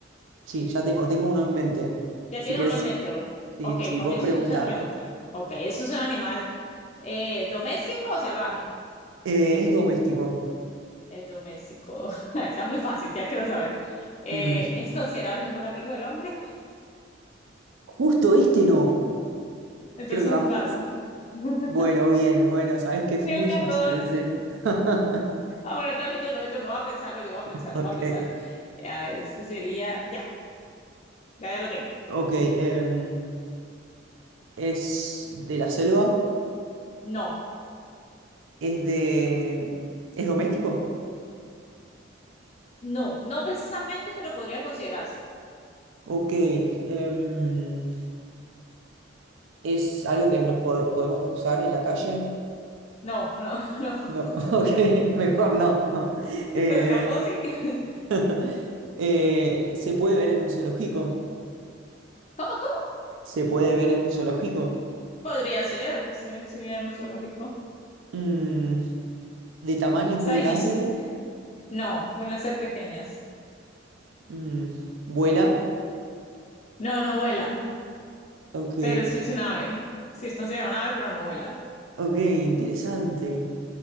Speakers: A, on the right (about 85°); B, on the left (about 35°).
A: sí, ya tengo, tengo uno en mente.
B: Ya
A: Si
B: tienes
A: querés,
B: uno en mente. Hugo.
A: sí,
B: Ok,
A: sí,
B: comienzo
A: vos preguntá.
B: entonces a preguntar. Ok, ¿eso es un animal eh, doméstico o salvaje?
A: Eh, ¿es doméstico?
B: Es doméstico. <laughs> Ay, Está muy fácil, ya quiero saber. Eh,
A: Mm.
B: ¿es considerado el mejor amigo del hombre? <laughs>
A: Justo este no.
B: Entonces
A: Creo que va.
B: un gato. <laughs>
A: Bueno, bien, bueno, sabés que es
B: Sí,
A: muy
B: un gato.
A: fácil ese. <laughs>
B: Ah, bueno, entonces mi turno, mi turno. Voy a pensarlo, yo voy a pensar,
A: Ok.
B: voy a pensar. Eh, A ver, esto sería. Ya, ya, ya lo tengo.
A: Ok. em, ¿es de la selva?
B: No,
A: ¿Es de. ¿Es doméstico?
B: no, no precisamente, pero podría considerarse.
A: Ok. em, ¿es algo que nos po- podemos cruzar en la calle?
B: No, no, <laughs>
A: No.
B: no.
A: <laughs> Ok, mejor no. <laughs> Eh,
B: Si se escapó, sí. <laughs>
A: <laughs> eh, ¿se puede ver en un zoológico?
B: ¿Cómo, cómo?
A: ¿Se puede ver en un zoológico?
B: Podría ser que se exhibida en un zoológico.
A: Mm, ¿de tamaño es
B: Está
A: muy
B: difícil.
A: grande?
B: No, suelen ser pequeñas.
A: Mm, ¿vuela?
B: No, no vuela,
A: Ok,
B: pero sí es un ave. Sí es considerado un ave, pero no vuela.
A: ok, interesante.